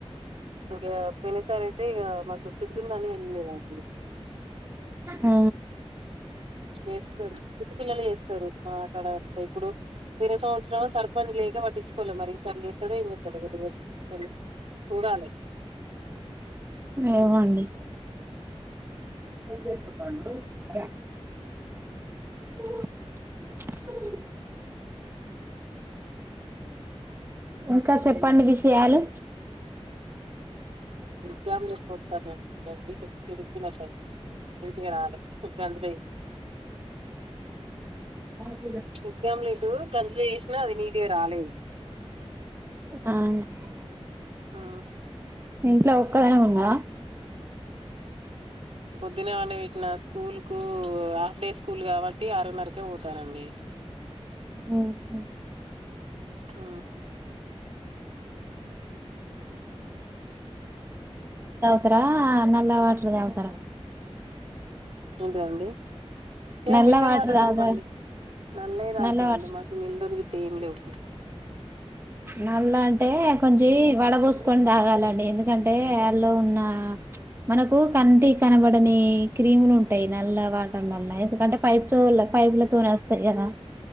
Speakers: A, on the right; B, on the right.
A: ఇక పోయిన సారి అయితే ఇక మాకు చుట్ <unintelligible> వెళ్ళలేదండి
B: ఆ
A: చేస్తారు గుది పిల్లలు చేస్తారు మా అక్కడంత ఇప్పుడు విర సంవత్సరం సర్పాన్ని లేక పట్టించుకోవాలి మరి సర్లే సరేం సరే <unintelligible> చూడాలి
B: ఏమొండి పా ఇంకా చెప్పండి విషయాలు
A: క లే సండి ఎడికలుస్తాయి ఇంటికి రాలే ఇబ్బందులు
B: అ
A: ప్చ్ ఎగ్గమ్లేలీటు కర్ర యేష్నా అది నీట్గా రాలేదు
B: అవునవును
A: ఆ
B: ఇంట్లో ఒక్కదనే ఉనవా
A: ద్దున లేపిన స్కూల్ కు హాఫ్ డే స్కూల్ కావట్టి ఆరున్నరకే ఒతారండి
B: ఉహు
A: ఆ అ
B: త్ర నల వాటర్ దావుతర
A: ఏంటదండి ఏ
B: నల్ల
A: మిల్లర్
B: వాటర్
A: వాటలు
B: తాగుతారా
A: లెవ్వండి నల్లయే తాగుతమండి
B: నల్ల వాటర్
A: మాకు మిడ్రర్ వి ఏం లెవ్వు
B: నల్ల అం టే కొంచి వడ ఒసుకొని తాగాలండి ఎందుకంటే లో ఉన్నా ప్చ్ మనకు కంటి కనబడని క్రీములు ఉంటాయి నల్ల వాటర్లల్ల ఎందుకంటే పైప్తో పైపుల తోనే అస్తయి కదా